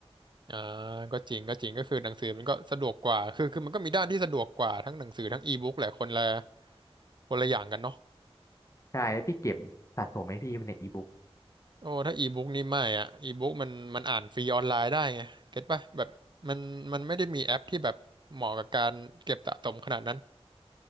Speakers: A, on the right; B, on the left.
A: อ่าก็จริงก็จริงก็คือหนังสือมันก็สะดวกกว่าคือคือมันก็มีด้านที่สะดวกกว่าทั้งหนังสือทั้งอีบุ๊กแหละคนละคนละอย่างกันเนาะ
B: ใช่แล้วพี่เก็บสะสมไหมพี่ในอีบุ๊ก
A: โอ้ถ้าอีบุ๊กนี่ไม่อ่ะอีบุ๊กมันมันอ่านฟรีออนไลน์ได้ไงเก็ตป่ะแบบมันมันไม่ได้มีแอปที่แบบเหมาะกับการเก็บสะสมขนาดนั้น